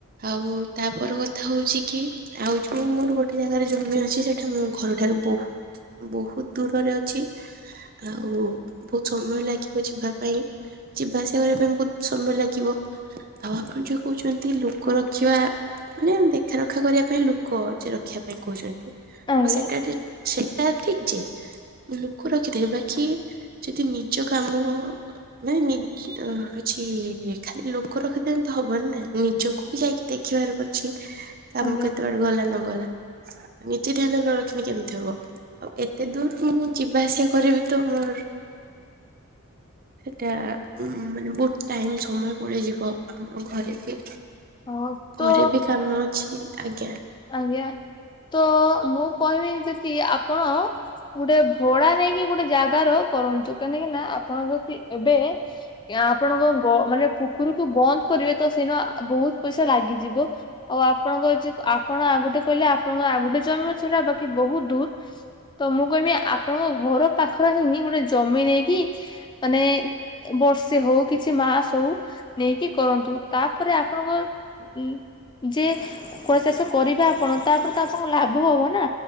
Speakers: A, on the right; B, on the left.
A: ଆଉ ତାପର କଥା ହଉଛି କି ଆଉ ଆଉ ମୋର ଗୋଟେ ଜାଗାରେ ଜମି ଅଛି ସେଟା ମୋ ଘରଠାରୁ ବହୁତ ବହୁତ ଦୂରରେ ଅଛି। ଆଉ ବହୁତ ସମୟ ଲାଗିବ ଯିବା ପାଇଁ। ଯିବା ଆସିବା କରିବା ପାଇଁ ବହୁତ ସମୟ ଲାଗିବ। ଆଉ ଆପଣ ଯୋଉ କହୁଛନ୍ତି ଲୋକ ରଖିବା ମାନେ ଦେଖା ରଖା କରିବା ପାଇଁ ଲ ରଖିବା ପାଇଁ କହୁଛନ୍ତି
B: ଆଜ୍ଞା
A: ଆଉ ସେଟା ସେଟା ଠିକ ଯେ ଲୁକ ରଖିଦିଏ ବାକି ଯଦି ନିଜ କାମ ମାନେ ନି ହଉଛି ଖାଲି ଲୋକ ରଖିଦେଲେ ତ ହବନି ନା ନିଜକୁ ବି ଯାଇକି ଦେଖିବାର ବି ଅଛି। କାମ
B: ଆଜ୍ଞା
A: କେତେବେଳେ ଗଲା ନ ଗଲା ନିଜେ ଧ୍ୟାନ ନ ରଖିନି କେମିତି ହବ? ଆଉ ଏତେ ଦୂର ମୁଁ ଯିବା ଆସିବା କରିବି ତ ମୋର ସେଟା ଉଁ ମାନେ ବହୁତ ଟାଇମ ସମୟ ପଳଯିବ ଆମ ଘରେ ବି
B: ହଉ ତ
A: ଘରେ ବି କାମ ଅଛି ଆଜ୍ଞା।
B: ଆଜ୍ଞା ତ ମୁଁ କହିବି ଯଦି ଆପଣ ଗୋଟେ ଭଡା ନେଇକି ଗୋଟେ ଜାଗାର କରନ୍ତୁ କାହିଁକି ନା ଆପଣ ଯଦି ଏବେ ଆପଣଙ୍କ ମାନେ ପୋଖରୀକୁ ବନ୍ଦ କରିବେ ତ ସିନା ବହୁତ ପଇସା ଲାଗିଯିବ ଆଉ ଆପଣଙ୍କଚି ଆପଣ ଆଉ ଗୋଟେ କହିଲେ ଆପଣଙ୍କ ଆଉ ଗୋଟେ ଜମି ଛଡା ବାକି ବହୁତ ଦୂର ତ ମୁଁ କହିବି ଆପଣଙ୍କ ଘର ପାଖରେ ହିଁ ଗୋଟେ ଜମି ନେଇକି ମାନେ ବର୍ଷେ ହଉ କିଛି ମାସ ହଉ ନେଇକି କରନ୍ତୁ ତାପରେ ଆପଣଙ୍କ ଉ ଯେ କୌଣସି ଚାଷ କରିବେ ଆପଣ ତାପରେ ତ ଆପଣଙ୍କ ଲାଭ ହବ ନା